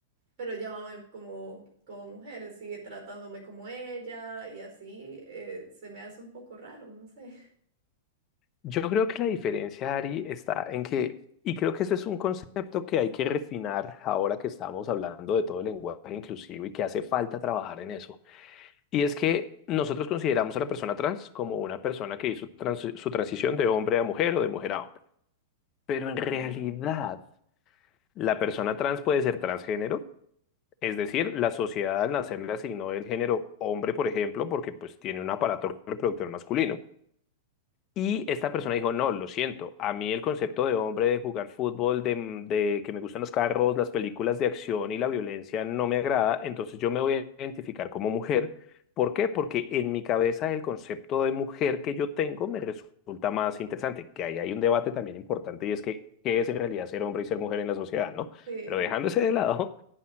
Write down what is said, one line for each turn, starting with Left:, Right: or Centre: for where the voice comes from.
Right: pero llámame como, como mujer, sigue tratándome como ella y así eh, se me hace un poco raro, no sé.
Left: Yo creo que la diferencia, Ari, está en que, y creo que ese es un concepto que hay que refinar ahora que estamos hablando de todo el lenguaje inclusivo y que hace falta trabajar en eso. Y es que nosotros consideramos a la persona trans como una persona que hizo trans- su transición de hombre a mujer o de mujer a hombre. Pero en realidad,
Right: Ajá.
Left: La persona trans puede ser transgénero, es decir, la sociedad al nacer le asignó el género hombre, por ejemplo, porque pues tiene un aparato reproductor masculino. Y esta persona dijo, no, lo siento, a mí el concepto de hombre, de jugar fútbol, de, mm, de que me gustan los carros, las películas de acción y la violencia no me agrada, entonces yo me voy a identificar como mujer. ¿Por qué? Porque en mi cabeza el concepto de mujer que yo tengo me resulta más interesante, que ahí hay un debate también importante y es que qué es en realidad ser hombre y ser mujer en la sociedad, ¿no?
Right: Sí,
Left: Pero dejándose de lado,